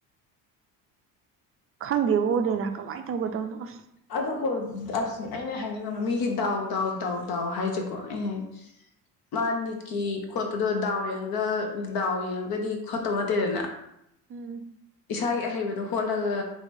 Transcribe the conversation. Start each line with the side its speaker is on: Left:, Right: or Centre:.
Right: ꯈꯪꯗꯦꯕꯨꯗꯦꯅ ꯀꯃꯥꯏꯅ ꯇꯧꯒꯗꯕꯅꯣ ꯑ
Left: ꯑꯗꯨꯣ ꯑꯁ ꯑꯩꯅ ꯍꯥꯏꯅꯤꯡꯉꯕ ꯃꯤꯒꯤ ꯗꯥꯎ ꯗꯥꯎ ꯗꯥꯎ ꯗꯥꯎ ꯍꯥꯏꯁꯦꯀꯣ ꯑꯩꯅ ꯃꯥ ꯅꯤꯠꯀꯤ ꯈꯣꯠꯄꯗꯣ ꯗꯥꯎ ꯌꯦꯡꯉꯒ ꯗꯥꯎ ꯌꯦꯡꯉꯒꯗꯤ ꯈꯣꯠꯇꯕ ꯅꯠꯇꯦꯗꯅ
Right: ꯎꯝ
Left: ꯏꯁꯥꯒꯤ ꯑꯍꯩꯕꯗ ꯑꯗꯣ ꯍꯣꯠꯂꯒ